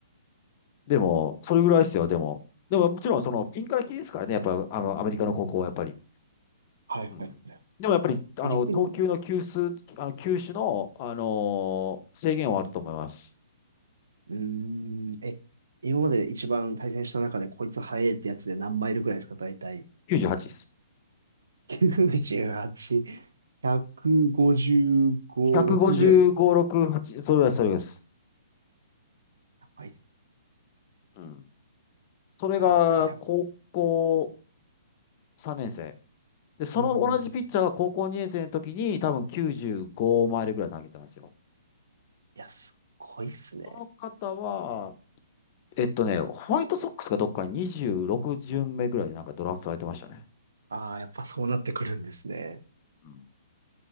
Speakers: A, on the left (about 35°); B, on the right (about 75°).
A: でも、それぐらいですよ、でも。でももちろんそのピンからキリですからね、やっぱあのアメリカの高校はやっぱり。
B: はいはいはい。
A: うん。でもやっぱり、あの、
B: で逆に、
A: 投球の球数、あの、球種の、あのー制限はあったと思います。
B: うーん、え、今まで一番対戦した中でこいつ早いってやつで何マイルくらいですか、大体。
A: 98です。
B: 98、155、
A: 155、
B: 6ぐらいです。
A: 6、8、それぐらいです、それぐらいです。
B: やばいっす。
A: うん。それが、
B: いや、僕1
A: 高校
B: え
A: 3年生。で、その同じピッチャーが高校2年生の時に多分95マイルぐらい投げてたんですよ。
B: うん、いや、すっごいっすね。
A: その方は、えっとね、ホワイトソックスがどっかに26巡目ぐらいでなんかドラフトされてましたね。
B: ああ、やっぱそうなってくるんですね。
A: うん